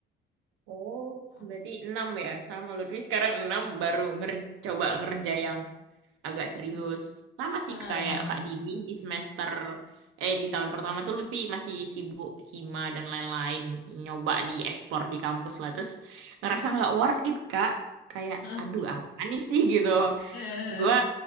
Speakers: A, on the right; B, on the left.
A: Oh,
B: aku
A: berarti 6 ya, sama Lutfi sekarang 6 baru nger coba ngerja yang agak
B: Hmm.
A: serius. Sama
B: Ah.
A: sih kayak Kak Dini di semester eh di tahun pertama tuh Lutfi masih sibuk hima dan lain-lain nyoba diekspor di kampus lah. Terus ngerasa nggak worth it Kak. Kayak
B: Ah.
A: aduh apa nih sih gitu.
B: Eh,
A: Gua
B: eh,